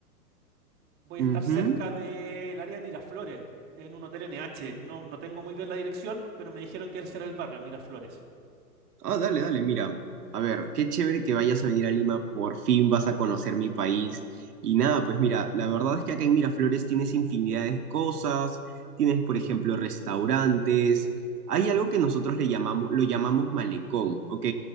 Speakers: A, on the right; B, on the right.
A: voy
B: Ujú.
A: a estar cerca del área de Miraflores, en un hotel NH. No, no tengo muy bien la dirección, pero me dijeron que ese era el barrio, Miraflores.
B: Ah, dale, dale, mira. A ver, qué chévere que vayas a venir a Lima, por fin vas a conocer mi país. Y nada, pues mira, la verdad es que acá en Miraflores tienes infinidad de cosas, tienes, por ejemplo, restaurantes. Hay algo que nosotros le llamamos, lo llamamos malecón, ¿ok?